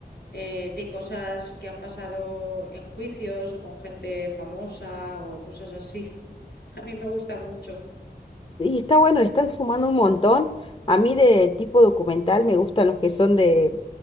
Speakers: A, on the left (about 80°); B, on the left (about 30°).
A: eh, de cosas que han pasado en juicios o con gente famosa o cosas así. <laughs> A mí me gusta mucho.
B: Sí, está bueno, le están sumando un montón. A mí de tipo documental me gustan los que son de,